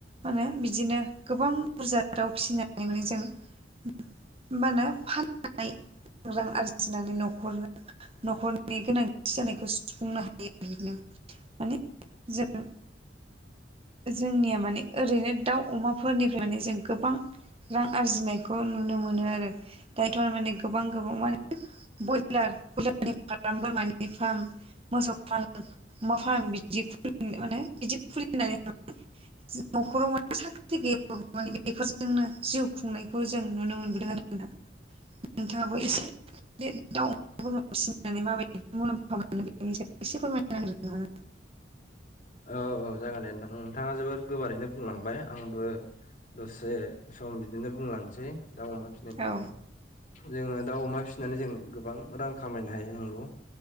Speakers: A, on the right; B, on the left.
A: मा होनो बिदिनो गोबां बुरजा दाउ फिसिनानै माने जों मा होनो फान- रां आरजिनानै न'खरनो न'खरनि गोनांथि जानायखौ सुफुंनो हायो बिदिनो माने जों जोंनिया माने ओरैनो दाउ अमाफोरनिफ्राय माने जों गोबां रां आरजिनायखौ नुनो मोनो आरो दायोथ' माने गोबां गोबां माने ब्रयलार बयलारनि फार्म बोरमानि फार्म मोसौ फार्म अमा फार्म बिदि खुलि माने बिदि खुलिनानै न'खराव माने साख्रि गैयाबाबो माने बेफोरजोंनो जिउ खुंनाय खौ जों नुनो मोनबोदों आरो नोंथां दाबो एसे बे दाउ बोरमा फिसिनानै माबायदि मुलाम्फा मोनो बेनि सायाव एसे फोरमायना होनो हा-
B: औ औ जागोन दे नोंथां नोंथाङा जोबोर गोबारैनो बुंलांबाय आंबो दसे सम बिदिनो बुंलांसै दाउ अमा फिसि- नायनि बागै
A: औ
B: जोङो दाउ अमा फिसिनानै जों गोबां रां खामायनो हायो नांगौ